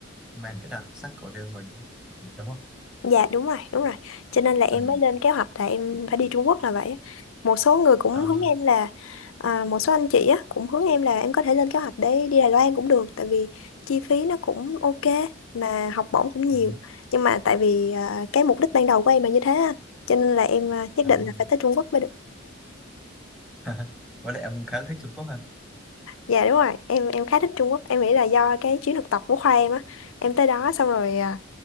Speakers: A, in the centre; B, on the left.
A: mang cái đặc sắc của riêng mình, đúng không?
B: Dạ đúng rồi, đúng rồi. Cho nên là em
A: Ừ.
B: mới lên kế hoạch là em phải đi Trung Quốc là vậy. á. Một số người cũng
A: Đó.
B: hướng em là à, một số anh chị á cũng hướng em là em có thể lên kế hoạch để đi Đài Loan cũng được tại vì chi phí nó cũng ok mà học bổng cũng nhiều.
A: Ừ.
B: Nhưng mà tại vì à, cái mục đích ban đầu của em là như thế á, cho nên là em à, nhất
A: Đó.
B: định là phải tới Trung Quốc mới được.
A: <laughs> Với lại ông khá là thích Trung Quốc hả?
B: Dạ đúng rồi, em em khá thích Trung Quốc. Em nghĩ là do cái chuyến thực tập của khoa em á, em tới đó xong rồi à,